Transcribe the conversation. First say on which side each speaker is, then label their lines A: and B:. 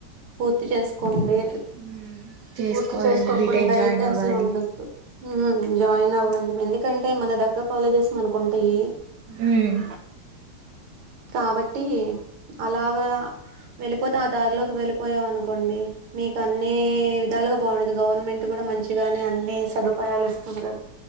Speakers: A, on the right; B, on the right.
A: పూర్తి చేసుకో కొండి
B: ఉమ్ చేసుకోవాలండి
A: పూర్తి చేసుకోకుండా
B: బీటెక్ జాయిన్
A: అయితే
B: అవ్వాలి
A: అసలు ఉండొద్దు ఉమ్ జాయిన్ అవ్వ మండి ఎందుకంటే మన దగ్గ కాలేజెస్ మనకుంటాయి
B: ఉమ్
A: కాబట్టి అలాగా వెళ్ళిపోత ఆ దారిలోకి వెళ్ళిపోయావ అనుకోండి మీకన్నీ విద్ దాలుగా బాగుండది గవర్నమెంట్ కూడా మంచిగానే అన్ని సదుపాయాలు ఇస్తుంది కదా